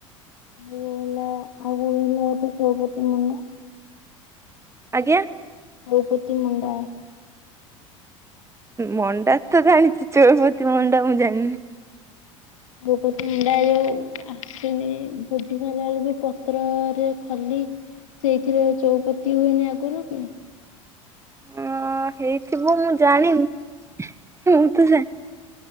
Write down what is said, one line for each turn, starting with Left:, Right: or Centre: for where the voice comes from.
Left: ମୁଁ ହେଲା ଅଗୁରୁ ଯୋଉ ଚୌଡ କିଲୋ ନୁହେଁ <unintelligible>
Right: ଆଜ୍ଞା।
Left: ବହୁପତି ମୁଣ୍ଡା
Right: ମଣ୍ଡା ତ ଜାଣିଛି ଚୌପତି ମଣ୍ଡା ମୁଁ ଜାଣିନି।
Left: ଭୋପତ ମୁଣ୍ଡା ଯୋଉ ଆସୁନି ଭୋଜି ଖଲା ବେଳେ ବି ପତ୍ରରେ ଖାଲି। ସେଇଥିରେ ଚଉପତି ହୁଏନି ଆଗରୁ କି?
Right: ହଁ, ହେଇଥିବ ମୁଁ ଜାଣିନି ମୁଁ ତ।